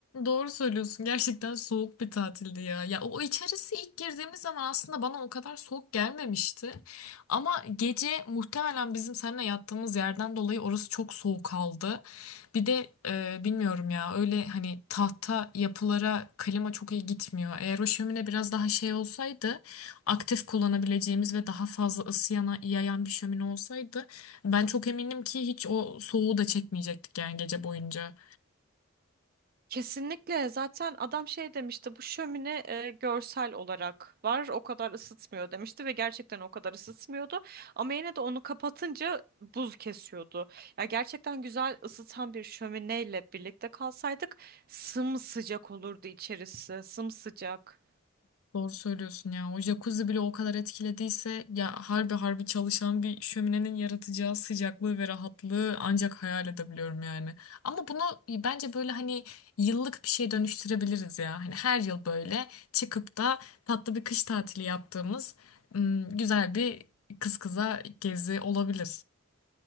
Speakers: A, on the left; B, on the right.
A: Doğru söylüyorsun. Gerçekten soğuk bir tatildi ya. Ya o içerisi ilk girdiğimiz zaman aslında bana o kadar soğuk gelmemişti. Ama gece muhtemelen bizim seninle yattığımız yerden dolayı orası çok soğuk kaldı. Bir de e, bilmiyorum ya öyle hani tahta yapılara klima çok iyi gitmiyor. Eğer o şömine biraz daha şey olsaydı aktif kullanabileceğimiz ve daha fazla ısı yana, yayan bir şömine olsaydı ben çok eminim ki hiç o soğuğu da çekmeyecektik yani gece boyunca.
B: Kesinlikle zaten adam şey demişti bu şömine e, görsel olarak var o kadar ısıtmıyor demişti ve gerçekten o kadar ısıtmıyordu ama yine de onu kapatınca buz kesiyordu. Ya gerçekten güzel ısıtan bir şömineyle birlikte kalsaydık sımsıcak olurdu içerisi sımsıcak.
A: Doğru söylüyorsun ya. O jacuzzi bile o kadar etkilediyse ya harbi harbi çalışan bir şöminenin yaratacağı sıcaklığı ve rahatlığı ancak hayal edebiliyorum yani. Ama bunu bence böyle hani yıllık bir şey dönüştürebiliriz ya. Hani her yıl böyle çıkıp da tatlı bir kış tatili yaptığımız ım, güzel bir kız kıza gezi olabilir.